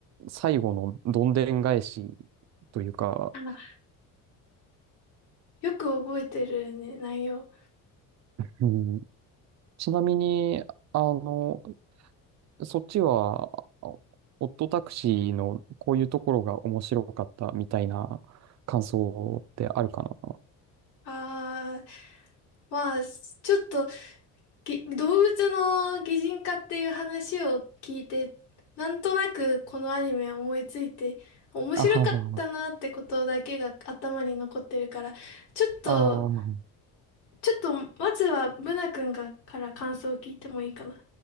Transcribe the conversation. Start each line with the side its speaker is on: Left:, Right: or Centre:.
Right: 最後のどんでん返しというか、
Left: あ、よく覚えてるね、内容。
Right: うん、ちなみに、あの、そっちは、あオットタクシーのこういうところが面白かったみたいな感想ってあるかな
Left: あー、まあ、ちょっとぎ動物の擬人化っていう話を聞いて、なんとなくこのアニメ思いついて、面白かったなってことだけが頭に残ってるから、
Right: <laughs> あはは、
Left: ちょっと、
Right: あー
Left: ちょっと、まずはブナ君が、から感想を聞いてもいいかな。